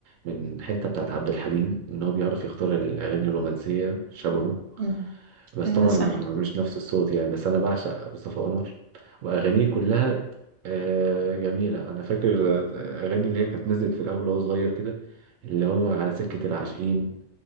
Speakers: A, on the right; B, on the right.
A: من الحتة بتاعت عبد الحليم إن هو بيعرف يختار الأغاني الرومانسية شبهه
B: مم.
A: بس
B: ايوه
A: طبعا
B: صح
A: مش نفس الصوت يعني بس أنا بعشق مصطفى قمر وأغانيه كلها آه، جميلة أنا فاكر أغاني اللي هي كانت نزلت في الأول وهو صغير كده اللي هو على سكة العاشقين